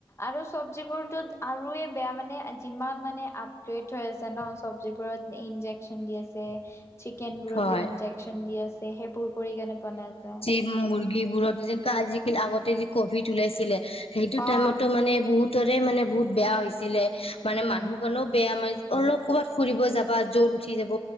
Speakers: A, on the left; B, on the left.
A: আৰু চব্জিবোৰতত আৰুৱে বেয়া মানে যিমান মানে আপগ্ৰেড হৈ আছে ন চবজিবোৰত। ইঞ্জেকশ্যন দি আছে। চিকেন বোৰতো
B: হয়
A: ইন্জেকচন দি আছে সেইবোৰ কৰি কেনে বনাইছা
B: মুৰ্গী বোৰত যেনেকোৱা আজিকালি আগতে যি কভিড ওলাইছিলে সেইটো টাইমতো
A: অ
B: মানে বহুত তৰে মানে বহুত বেয়া হৈছিলে মানে
A: উম
B: মানুহ কাৰনো বেয়া মই অলপ ক'ৰবাত ফুৰিব যাবা জ্বৰ উঠি যাব